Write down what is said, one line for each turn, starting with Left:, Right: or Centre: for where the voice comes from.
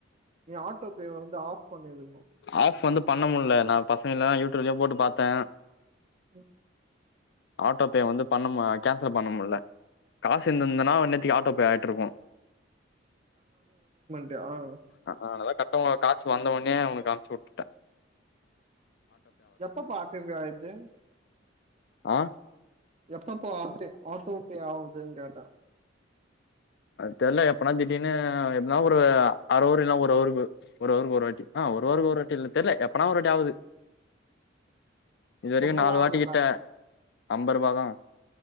Right: நீ ஆட்டோ பே வந்து ஆஃப் பண்ணிருக்ணு
Left: ஆஃப் வந்து பண்ண முல்ல நா பசங்கலா யூடியூப்லியு போட்டு பாத்தே
Right: உம்
Left: ஆட்டோ பே வந்து பண்ண மு கேன்சல் பண்ணமுல்ல காசிந்திந்ததனா இன்னத்திக்கு ஆட்டோ பே ஆயிட்ருக்கு
Right: த ஆ அ அ
Left: அ அ அனாலதா க ட்டு உங்க காஸு வந்த ஒன்னியே உங்ளுக் அம்ச்சி உட்டுட்டே
Right: எப்பப்பா ஆட்டோ பே ஆய்ர்து
Left: ஆ
Right: எப்பப்போ ஆட்டு ஆட்டோ பே ஆவுதுன் கேட்டே
Left: அத் தெர்ல எப்பனா திடிர்னு எத்னா ஒரு அ அர அவுரு இல்னா ஒரு அவ்ருக்கு ஒரு அவ்ருக்கு ஒரு வாட்டி அ ஒரு அவ்ருக்கு ஒரு வாட்டி இல்லத் தெர்ல எப்பனா ஒரு வாட்டி ஆவுது இதுவரிகு
Right: ரொம்பலா
Left: நாலு
Right: ஆகலல்ல
Left: வாட்டி கிட்ட அம்பரூபாதா